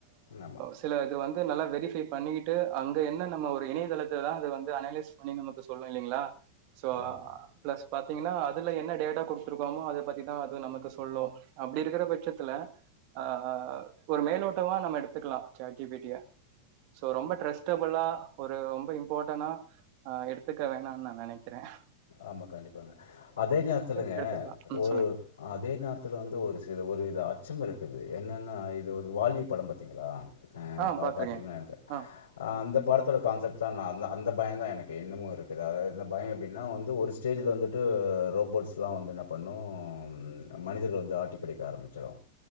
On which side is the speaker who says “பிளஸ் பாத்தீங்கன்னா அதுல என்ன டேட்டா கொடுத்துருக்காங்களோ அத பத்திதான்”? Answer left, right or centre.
Right